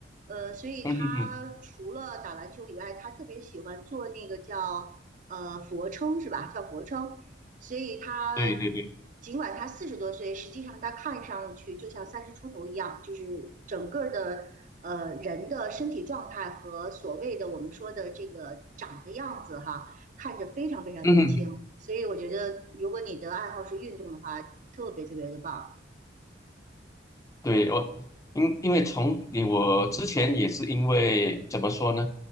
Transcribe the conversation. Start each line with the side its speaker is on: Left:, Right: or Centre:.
Right: 呃，所以他除了打篮球以外，
Left: 嗯哼哼，嗯
Right: 他特别喜欢做那个叫呃俯卧撑是吧？叫俯卧撑，所以他
Left: 对对对，
Right: 尽管他四十多岁，实际上他看上去就像三十出头一样，就是整个的呃人的身体状态和所谓的我们说的这个长的样子哈。看着非常非常年轻。
Left: 嗯哼。
Right: 所以我觉得，如果你的爱好是运动的话，特别特别的棒。
Left: 对，我因因为从你我之前也是因为怎么说呢，